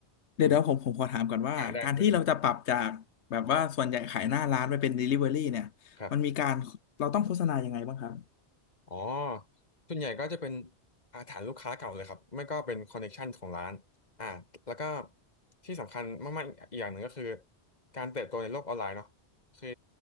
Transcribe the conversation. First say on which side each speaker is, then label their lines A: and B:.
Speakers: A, on the left; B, on the left.
A: เดี๋ยวเดี๋ยวผมผมขอถามก่อนว่าการที่เราจะปรับจากแบบว่าส่วนใหญ่ขายหน้าร้านไปเป็น
B: อย่างอ่านได้ได้ละ
A: Delivery เนี่ยมันมีการเราต้องโฆษณายังไงบ้างครับ
B: ครับอ๋อส่วนใหญ่ก็จะเป็นอาฐานลูกค้าเก่าเลยครับไม่ก็เป็นคอนเน c t ชันของร้านอ่าแล้วก็ที่สำคัญมากๆอีกอย่างหนึ่งก็คือการเติบโตในโลกออนไลน์เนาะคือ